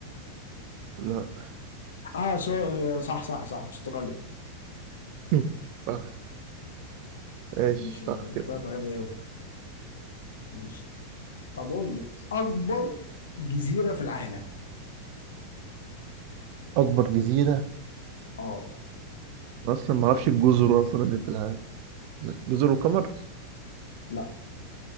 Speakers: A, on the right (about 45°); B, on the left (about 65°).
A: لا
B: اه صح صح صح, صح. أستراليا
A: <laughs> صح ماشي
B: ماشي أنا
A: صح
B: طلعت
A: كده
B: غبي أوي ماشي طب قول لي أكبر جزيرة في العالم
A: اكبر جزيرة
B: اه
A: أنا اصلا ما اعرفش الجزر اصلا اللي في العالم جزر القمر
B: لا